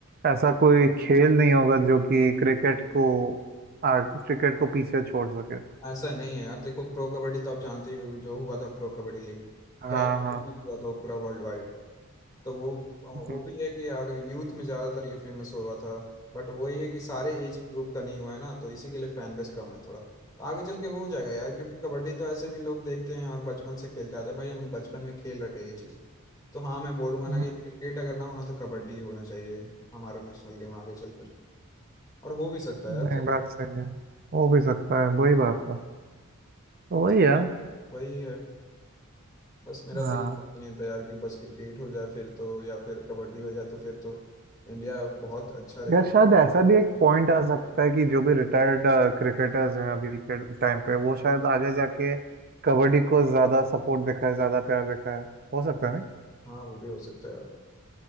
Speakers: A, on the right; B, on the left.
A: ऐसा कोई खेल नहीं होगा जो कि क्रिकेट को आ, क्रिकेट को पीछे छोड़ सके
B: ऐसा नहीं है यार देखो प्रो कबड्डी तो आप जानते ही हो, जो हुआ था प्रो कबड्डी लीग
A: हाँ
B: क्या ही
A: हाँ
B: फेमस हुआ था वो पूरा वर्ल्ड वाइड तो वो वो
A: हम्म,
B: भी है कि आगे यूथ में ज़्यादातर ये फेमस हुआ था बट वही है कि सारे एज ग्रुप का नहीं हुआ है ना तो इसी के लिए फैन बेस कम है थोड़ा तो आगे चल के हो जाएगा यार क्योंकि कबड्डी तो ऐसे भी लोग देखते हैं और बचपन से खेलते आते हैं भाई हम बचपन में खेल रखे हैं ये चीज़ तो हाँ मैं बोलूंगा ना
A: हम्म,
B: कि क्रिकेट अगर ना होना तो कबड्डी होना चाहिए हमारा नेशनल गेम आगे चलकर और हो भी सकता है यार
A: नहीं
B: जरूर
A: बात सही है हो भी सकता है वही बात है तो वही
B: ठीक
A: है
B: वही है बस मेरा
A: हाँ
B: तो ये ओपिनियन था यार कि बस क्रिकेट हो जाए फिर तो या फिर कबड्डी हो जाए तो फिर तो इंडिया बहुत अच्छा रिकॉर्ड
A: या शायद ऐसा भी एक पॉइंट आ सकता है कि जो भी रिटायर्ड क्रिकेटर्स हैं अभी के टाइम पे वो शायद आगे जाके कबड्डी को ज्यादा सपोर्ट दिखाए ज्यादा प्यार दिखाए हो सकता है
B: हाँ वो भी हो सकता है